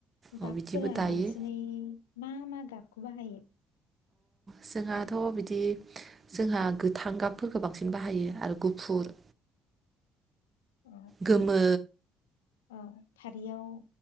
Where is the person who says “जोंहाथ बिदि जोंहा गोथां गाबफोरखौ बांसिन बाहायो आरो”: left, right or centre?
Right